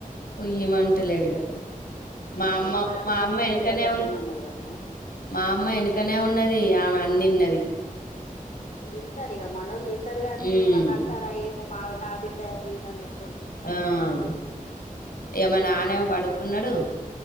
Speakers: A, on the left (about 85°); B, on the left (about 55°).
A: కుయ్ మంటలేడ్డిగ. మా
B: ఆ
A: అమ్మ
B: ఇక్కడ
A: మా
B: భాగవతం
A: అమ్మ వెనకనే
B: కూడా గట్లనే ఉన్నది వదిన.
A: మా అమ్మ వెనకనే ఉన్నది. ఆమె అన్నీ విన్నది.
B: వింటారు. ఇక మనోళ్ళు వింటారు గానీ,
A: ఉమ్
B: ఏమన్న అంటారా ఏమో, మా నా బిడ్డ జీవితం ఎట్లో
A: ఆమ్, మానాన్న ఏమో పడుకున్నాడు.